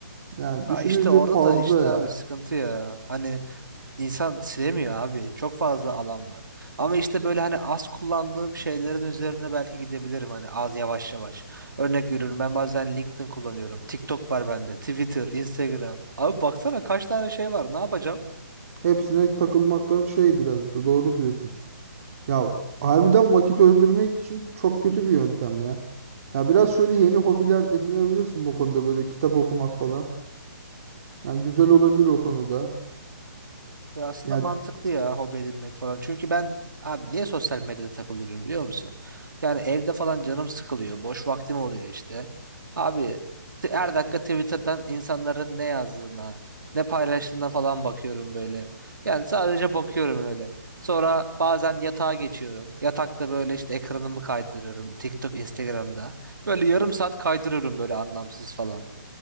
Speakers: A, on the right; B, on the right.
A: yani düşününce
B: ya işte orada
A: fazla
B: da işte
A: ya.
B: abi sıkıntı ya. Hani insan silemiyor abi. Çok fazla alan var. Ama işte böyle hani az kullandığım şeylerin üzerine belki gidebilirim hani az yavaş yavaş. Örnek veriyorum ben bazen LinkedIn kullanıyorum. TikTok var bende. Twitter, Instagram. Abi baksana kaç tane şey var. Ne yapacağım?
A: Hepsine takılmaktan şey biraz da doğru diyorsun. Ya harbiden vakit öldürmek için çok kötü bir yöntem ya. Ya biraz şöyle yeni hobiler edinebilirsin bu konuda böyle kitap okumak falan. Yani güzel olabilir o konuda.
B: Ya aslında
A: Ya
B: mantıklı ya hobi edinmek falan. Çünkü ben abi niye sosyal medyada takılıyorum biliyor musun? Yani evde falan canım sıkılıyor. Boş vaktim oluyor işte. Abi t- her dakika Twitter'dan insanların ne yazdığına, ne paylaştığına falan bakıyorum böyle. Yani sadece bakıyorum öyle. Sonra bazen yatağa geçiyorum. Yatakta böyle işte ekranımı kaydırıyorum. TikTok, Instagram'da. Böyle yarım saat kaydırıyorum böyle anlamsız falan.